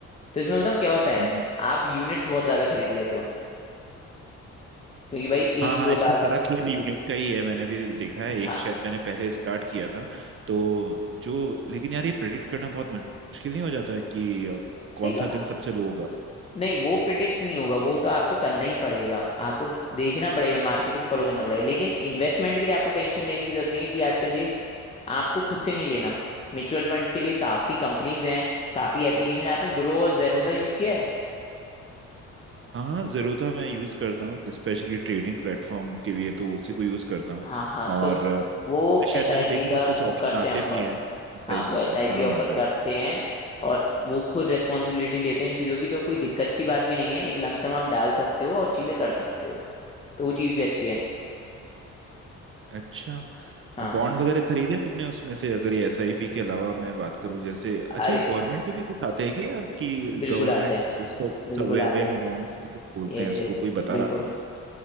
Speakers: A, on the left (about 20°); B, on the right (about 45°).
A: तो इसमें बताऊँ क्या होता है
B: हम्म।
A: आप यूनिट्स बहुत ज्यादा खरीद लेते हो क्योंकि भाई
B: हाँ
A: एक
B: हाँ
A: दो
B: इसमें
A: लाख
B: सारा खेल यूनिट का ही है मैंने भी देखा है एक
A: हाँ
B: शायद मैंने पहले स्टार्ट किया था तो जो लेकिन यार ये प्रेडिक्ट करना बहुत मुश्किल नहीं हो जाता है कि अ, कौन
A: नहीं तो
B: सा दिन सबसे लो होगा
A: नहीं वो प्रिडिक्ट नहीं होगा वो तो आपको करना ही पड़ेगा आपको देखना पड़ेगा मार्केट को फॉलो करना पड़ेगा लेकिन इन्वेस्टमेंट के लिए आपको टेंशन लेने की जरूरत नहीं है क्योंकि आजकल ये आपको खुद से नहीं लेना म्यूचुअल फंड्स के लिए काफी कंपनीज हैं काफी एप्लीकेशन आपने ग्रो और जेरोदा यूज किया है
B: हाँ हाँ ज़ेरोधा मैं यूज़ करता हूँ स्पेशली ट्रेडिंग प्लेटफॉर्म के लिए तो उसी को यूज़ करता हूँ
A: हाँ हाँ
B: और
A: तो
B: अ,
A: वो
B: इसमें
A: एस
B: शायद मैंने
A: आई
B: देखा
A: पी का
B: है कुछ
A: वो
B: ऑप्शन
A: करते
B: आते
A: हैं ऑफर
B: भी हैं एसआईपी
A: हाँ वो एस
B: का
A: आई
B: हाँ
A: पी ऑफर
B: राइट
A: करते हैं और वो खुद रेस्पॉन्सिबिलिटी लेते हैं इन चीज़ों की तो कोई दिक्कत की बात भी नहीं है एक लमसम आप डाल सकते हो और चीज़ें कर सकते हो तो वो चीज़ भी अच्छी है
B: अच्छा
A: हाँ
B: अब बॉन्ड वगैरह खरीदे तुमने उसमें से अगर ये एसआईपी के अलावा मैं बात करूं जैसे अच्छा
A: अरे
B: ये गवर्नमेंट के भी कुछ आते हैं कि यार कि
A: बिल्कुल
B: गवर्नमेंट
A: आते हैं
B: सॉवरेन
A: बिल्कुल आते हैं
B: बॉन्ड बोलते
A: यस
B: हैं इसको
A: यस
B: कोई बता
A: बिल्कुल
B: रहा था मुझे